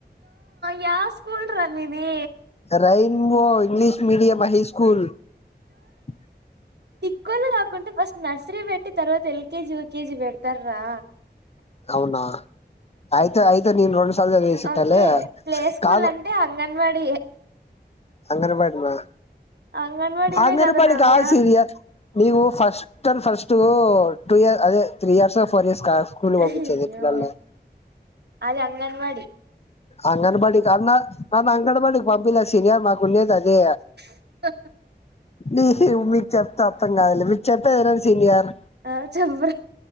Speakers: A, on the right; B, on the left.
A: యే స్కూల్ రా మీది.
B: రైభో ఇంగ్లిష్ మీడియమ్ హై స్కూల్. <inaudible>
A: తీకోలు కాకుంటే ఫస్ట్ నర్సరీ పెట్టి తర్వాత ఎల్కేజీ, యూకేజీ పెడతార రా.
B: అవునా ఆయితే ఆయితే నేను రో <unintelligible>
A: ఓకే
B: తల్లే
A: ప్లే స్కూల్
B: కాదు
A: అంటే అంగన్వాడి
B: అంగన్వాడీ మా
A: అంగన్వాడినే
B: అంగన్
A: కదా
B: బడి
A: నవ్య
B: కాదు సినియర్ నీవు ఫస్ట్ అండ్ ఫస్ట్ టూ ఇ అదే త్రీ ఇయర్సొ ఫోర్ ఇయర్స్ సో ఆ స్కూల్ పంపించేది
A: అయ్యో
B: పిల్లని
A: అది అంగన్వాడి
B: అంగన్ బడికి కాదు <unintelligible> అంగన్ బడికి పంపియలే సీనియర్ మాకు ఉండేది అదే
A: <unintelligible>
B: ని మీకు చెప్తే అర్థం కాదులే మీకు చెప్పేది వినండి సీనియర్
A: ఆ చెప్పురా